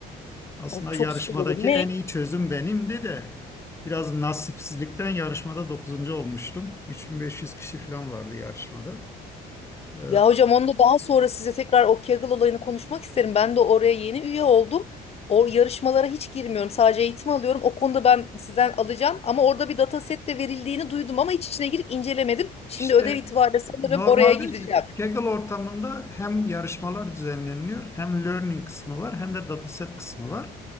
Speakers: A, on the left; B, on the left.
A: aslında
B: o çok
A: yarışmadaki
B: süper olur. Ne?
A: en iyi çözüm benimdi de biraz nasipsizlikten yarışmada dokuzuncu olmuştum. 3500 kişi falan vardı yarışmada. Ee,
B: Ya hocam onu da daha sonra size tekrar o Kaggle olayını konuşmak isterim. Ben de oraya yeni üye oldum. O yarışmalara hiç girmiyorum. Sadece eğitim alıyorum. O konuda ben sizden alacağım. Ama orada bir dataset de verildiğini duydum ama hiç içine girip incelemedim. Şimdi
A: İşte
B: ödev itibariyle sanırım
A: normalde
B: oraya gideceğim.
A: Kaggle ortamında hem yarışmalar düzenleniyor, hem learning kısmı var, hem de dataset kısmı var.